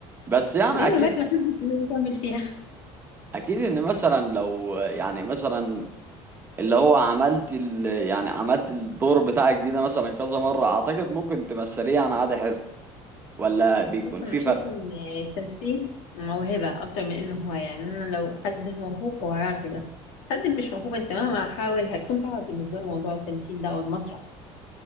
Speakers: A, on the right; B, on the left.
A: بس يعني
B: دي من
A: اكيد
B: الهوايات اللي ما بحبش إن أنا اكمل فيها
A: اكيد ان مثلا لو يعني مثلا اللي هو عملت ال يعني عملت الدور بتاعك دي ده مثلا كذا مرة اعتقد ممكن تمثليه يعني عادي حلو ولا بيكون
B: بص
A: في
B: انا بشوف
A: فرق
B: ان التمثيل موهبه اكتر من انه هو يعني انا لو حد موهوب هو هيعرف بس حد مش موهوب انت مهما حاول هتكون صعبه بالنسبه له موضوع التمثيل ده او المسرح